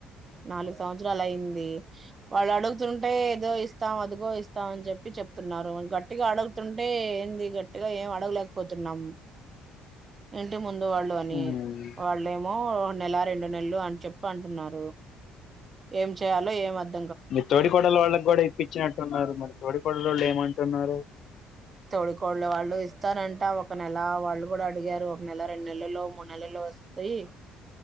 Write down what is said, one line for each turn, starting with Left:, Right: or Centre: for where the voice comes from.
Right: నాలుగు సంవత్సరాలు అయింది. వాళ్ళు అడుగుతుంటే ఏదో ఇస్తాం అదిగో ఇస్తాం అని చెప్పి చెప్తున్నారు గట్టిగా అడుగుతుంటే ఏంది గట్టిగా ఏం అడగలేకపోతున్నాం ఇంటిముంద్ ముందు వాళ్ళు అని
Left: ఉమ్,
Right: వాళ్ళ ఏమో నెల రెండు నెలలు అని చెప్పి అంటున్నారు. ఏం చేయాలో ఏం అర్థ
Left: మీ తోడి కొడలు వాళ్ళకి కూడా ఇప్పించినట్టున్నారు మరి తోడి కొడలు వాళ్ళు ఏమంటున్నారు?
Right: తోడి కోడ్ళ్లు వాళ్ళు ఇస్తారంట ఒక నెల వాళ్ళు కూడా అడిగారు ఒక నెల రెండు నెలలో మూడు నెలలో వస్తయి